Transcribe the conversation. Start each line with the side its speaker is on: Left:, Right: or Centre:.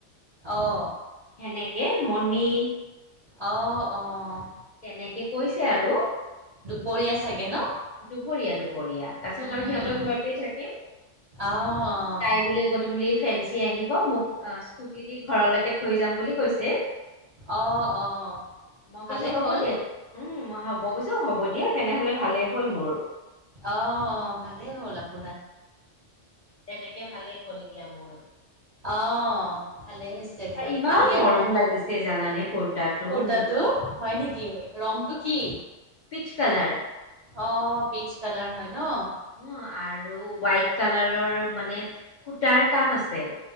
Right: অহ
Left: সেনেকে মণি
Right: অ অঁ।
Left: তেনেকে কৈছে আৰু।
Right: দুপৰীয়া চাগে নহ
Left: দুপৰীয়া, দুপৰীয়া তাৰ পাছত
Right: উম
Left: আৰু সিহঁতৰ ঘৰতেই থাকিম।
Right: অঁ
Left: তাই বোলে, গধূলি ফেঞ্চি আহি ব মোক স্কুটি দি ঘৰলৈকে থৈ যাম বুলি কৈছে।
Right: অঁ অঁ অঁ
Left: মই
Right: ভালেই
Left: কৈছো হ'ব
Right: হ'ল
Left: দিয়া, উম মই মই কৈছো হ'ব দিয়া তেনেহলে ভালেই হ'ল মোৰ।
Right: অহ ভালেই হল আও
Left: তেনেকে ভালেই গ'ল দিয়া মোৰ।
Right: অঁহ ভালেই হৈছে দিয়ক,
Left: আৰু ইমান
Right: কালি
Left: মৰম
Right: আৰু
Left: লাগিছে জানানে? কুৰ্তাটো
Right: কুৰ্তাটো
Left: কি
Right: হয় নেকি? ৰংটো কি?
Left: পিত্চ কালাৰ।
Right: অ', পিত্চ কালাৰ হয় ন?
Left: অ আৰু হোৱাইট কালাৰৰ মানে সূতাৰ কাম আছে।